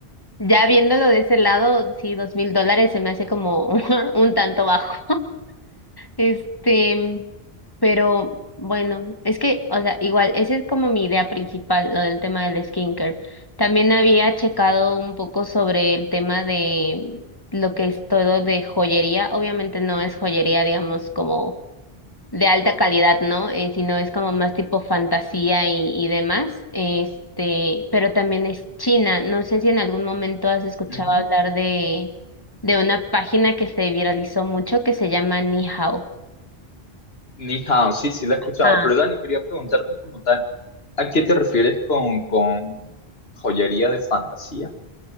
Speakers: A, on the left; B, on the left.
A: ya viéndolo de ese lado, sí, dos mil dólares se me hace como <laughs> un tanto bajo. Este, pero bueno, es que, o sea, igual, esa es como mi idea principal, lo del tema del skincare. También había checado un poco sobre el tema de lo que es todo de joyería. Obviamente no es joyería, digamos, como de alta calidad, ¿no? Eh, sino es como más tipo fantasía y, y demás. Este, pero también es China. No sé si en algún momento has escuchado
B: Ujú.
A: hablar de, de una página que se viralizó mucho que se llama Nihao.
B: Ni hao, sí, sí la he escuchado,
A: Ajá.
B: pero Dani, quería preguntarte como tal, ¿a qué te refieres con, con joyería de fantasía?